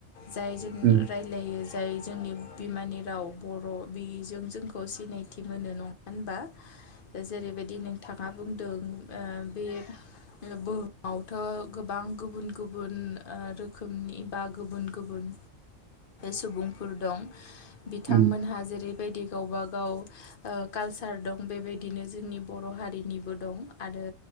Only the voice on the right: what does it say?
उम
<inaudible>
उम